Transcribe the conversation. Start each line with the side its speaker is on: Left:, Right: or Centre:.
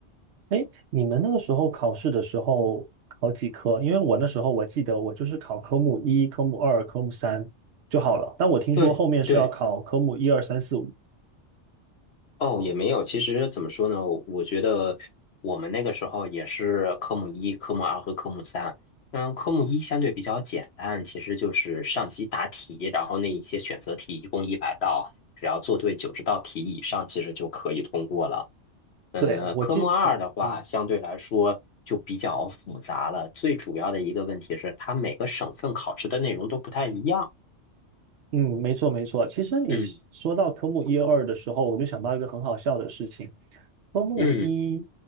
Right: 哎，你们那个时候考试的时候考几科？因为我那时候我记得我就是考科目一、科目二、科目三就好了。但我听说后面是要考科目一二三四五。
Left: 对对，哦，也没有。其实怎么说呢？我觉得我们那个时候也是科目一、科目二和科目三。嗯，科目一相对比较简单，其实就是上机答题，然后那一些选择题一共一百道，只要做对九十道题以上，其实就可以通过了。呃，
Right: 对，我记得，
Left: 科目二的话，
Right: 嗯
Left: 相对来说就比较复杂了。最主要的一个问题是，它每个省份考试的内容都不太一样。
Right: 嗯，没错没错。其实你是说到科目一二的时候，
Left: 嗯
Right: 我就想到一个很好笑的事情。科目一，
Left: 嗯